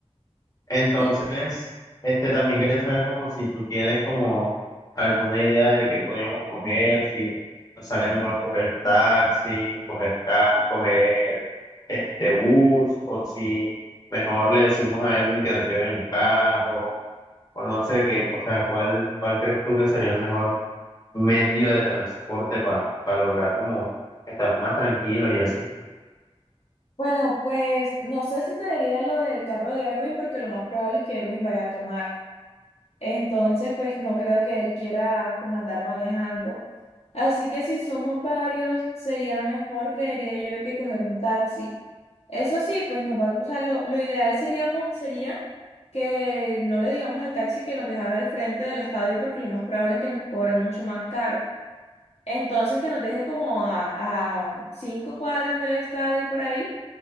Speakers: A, on the left; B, on the left.
A: Entonces,
B: Sí,
A: este, también quería saber como si tú tienes como alguna idea de qué podríamos coger, si nos sale mejor coger taxi, coger ca- coger este bus, o si mejor le decimos a Edwin que nos lleve en el carro, o no sé qué, o sea, cuál, cuál crees tú que sería el mejor medio de transporte para lograr como estar más tranquilos y así.
B: bueno, pues no sé si te diría lo del carro de Erwin porque lo más probable es que Erwin vaya a tomar. Entonces, pues no creo que él quiera como andar manejando. Así que si somos varios, sería mejor, creería yo, que coger un taxi. Eso sí, pues no va, o sea, lo, lo ideal seríamos, sería que no le digamos al taxi que nos dejara al frente del estadio porque lo más probable es que nos cobre mucho más caro. Entonces, que nos deje como a, a cinco cuadras del estadio por ahí